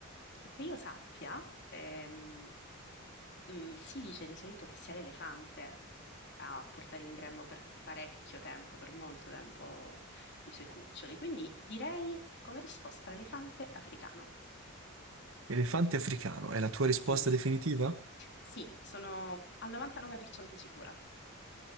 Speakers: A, on the left; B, on the right.
A: che io sappia, ehm, mm, si dice di solito che sia l'elefante a portare in grembo per parecchio tempo, per molto tempo, i suoi cuccioli, quindi direi come risposta l'elefante africano.
B: Elefante africano è la tua risposta
A: Mm.
B: definitiva?
A: Sì, sono al 99% sicura.